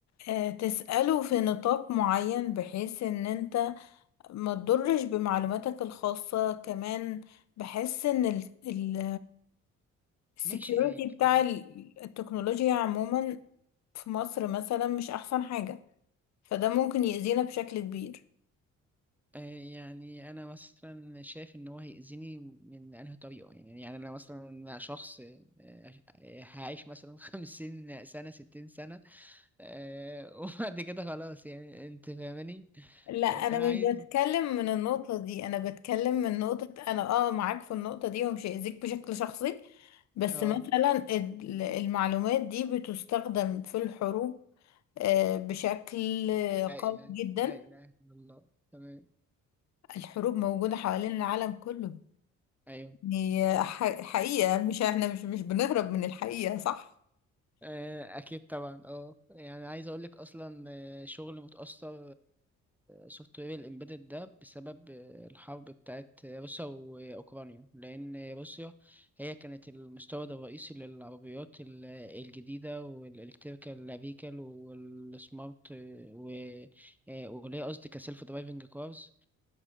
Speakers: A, on the left; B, in the centre.
A: آه تسأله في نطاق معين بحيث إن أنت ما تضرش بمعلوماتك الخاصة كمان بحس ان ال ال السكيورتي
B: ماشي آه،
A: بتاع
B: كان-
A: ال- التكنولوجيا عموما في مصر مثلا مش احسن حاجة فده ممكن يأذينا بشكل كبير
B: آه، يعني انا مثلا شايف ان هو هيأذيني من انهي طريقة يعني يعني انا مثلا شخص آه، آه، هعيش مثلا <laughs> خمسين سنة ستين سنة آه، <laughs> وبعد كده خلاص يعني انت فاهماني
A: لا
B: آه،
A: انا
B: فانا عايز
A: مش بتكلم من النقطة دي انا بتكلم من نقطة انا اه معاك في النقطة دي ومش هيأذيك بشكل شخصي بس
B: اه
A: مثلا ال- المعلومات دي بتستخدم في الحروب آه، بشكل
B: لا
A: قوي
B: اله
A: جدا
B: لا اله الا الله تمام
A: الحروب موجودة حوالين العالم كله
B: ايوه
A: هي ح- حقيقة مش احنا مش مش بنهرب من الحقيقة صح
B: آه، اكيد طبعا اه يعني عايز اقول لك اصلا آه، شغل متاثر سوفت وير الامبيدد ده بسبب آه، الحرب بتاعت روسيا واوكرانيا لان روسيا هي كانت المستورد الرئيسي للعربيات ال- الجديده والالكتريكال فيكل والسمارت آه، و آه، وليه قصدي كسيلف درايفنج كارز